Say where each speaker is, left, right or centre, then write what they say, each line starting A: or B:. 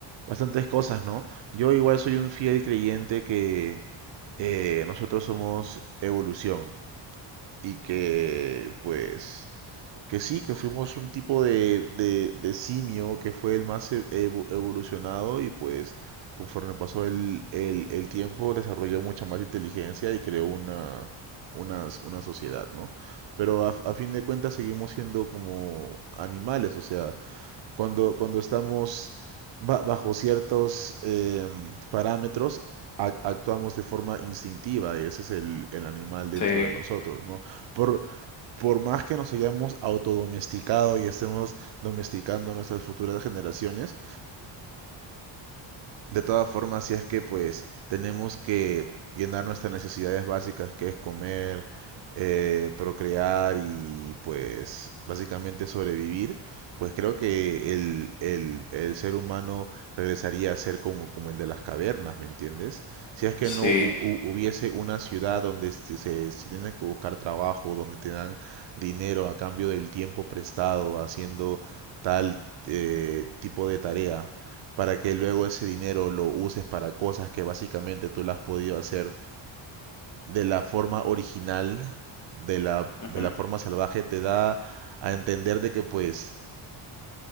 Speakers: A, on the right; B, on the left.
A: Bastantes cosas, ¿no? Yo igual soy un fiel creyente que eh, nosotros somos evolución y que pues que sí, que fuimos un tipo de, de, de simio que fue el más e- evo- evolucionado y pues conforme pasó el, el, el tiempo desarrolló mucha más inteligencia y creó una, unas- una sociedad, ¿no? Pero a, a fin de cuentas seguimos siendo como animales, o sea, cuando, cuando estamos ba- bajo ciertos em, parámetros, ac- actuamos de forma instintiva, y ese es el, el animal dentro
B: Sí,
A: de nosotros, ¿no? Por, por más que nos hayamos autodomesticado y estemos domesticando a nuestras futuras generaciones, de todas formas, si es que pues tenemos que llenar nuestras necesidades básicas, que es comer, eh, procrear y pues básicamente sobrevivir, pues creo que el, el- el ser humano regresaría a ser como, como el de las cavernas, ¿me entiendes? Si es que
B: sí,
A: no hu- hu- hubiese una ciudad donde se, se, se tiene que buscar trabajo, donde te dan dinero a cambio del tiempo prestado haciendo tal eh, tipo de tarea para que luego ese dinero lo uses para cosas que básicamente tú las has podido hacer de la forma original, de la,
B: ujú,
A: de la forma salvaje, te da a entender de que pues